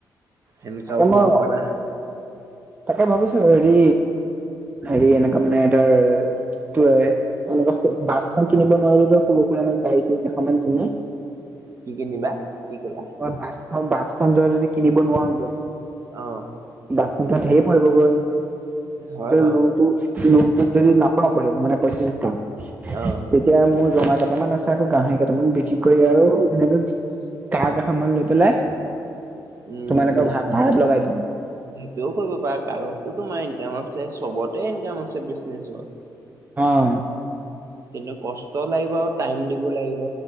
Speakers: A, on the right; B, on the right.
A: সেনেকুৱাওঁ
B: তাকে মই
A: কৰিব পাৰা।
B: তাকে ভাবিছোঁ হেৰি, হেৰি এনেকুৱা মানে ধৰ এনেকা, বাছখন কিনিব নোৱাৰিলেও এনে সৰু-সুৰা গাড়ী কেইখনমান কিনি
A: কি কিনিবা? কি কলা?
B: বাছখন বাছখন য <unintelligible> যদি কিনিব নোৱাৰোগৈ।
A: অ'।
B: বাছটো খনটো ঢেৰ পৰিবগৈ,
A: হয় বাৰু
B: লোনটো লোনটোত যদি নাপাও মানে পইচা চইচা এতিয়া
A: অ',
B: মোৰ জমা কেইটামান আছে, আকৌ গাহৰি কেইটামান বিক্ৰী কৰি আৰু এ কাৰ কেইখনমান লৈ পেলাই,
A: উম
B: তোমালোকৰ ভাড়াত লগাই দিম।
A: সেইটোও কৰিব পাৰা, কাৰটো তোমাৰ ইনকাম আছে, চবতে ইনকাম আছে, বিজনেচত।
B: অ',।
A: কিন্তু, কষ্ট লাগিব, আৰু টাইম দিব লাগিব।